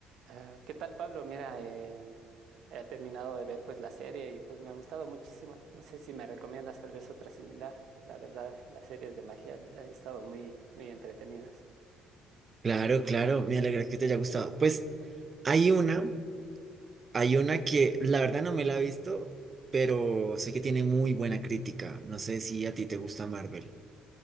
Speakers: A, on the right; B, on the right.
A: Ah, ¿qué tal, Pablo? Mira, eh, he terminado de ver pues la serie y pues me ha gustado muchísimo. No sé si me recomiendas tal vez otra similar. La verdad, las series de magia han estado muy, muy entretenidas.
B: Claro, claro, me alegra que te haya gustado. Pues hay una, hay una que la verdad no me la he visto, pero sé que tiene muy buena crítica. No sé si a ti te gusta Marvel.